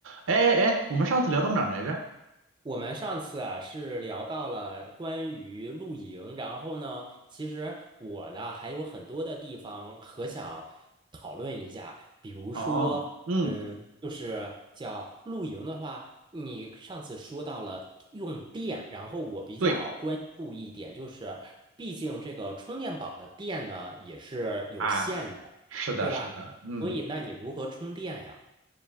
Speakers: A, on the right; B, on the right.
A: 哎哎哎，我们上次聊到哪儿来着？
B: 我们上次啊是聊到了关于露营，然后呢，其实我呢还有很多的地方和想讨论一下，比如说，
A: 哦，嗯，
B: 嗯，就是叫露营的话，你上次说到了用电，然后我比较关注一点，
A: 对
B: 就是毕竟这个充电宝的电呢也是有限的，
A: 啊，是的，
B: 对吧？
A: 是的，嗯，
B: 所以那你如何充电呀？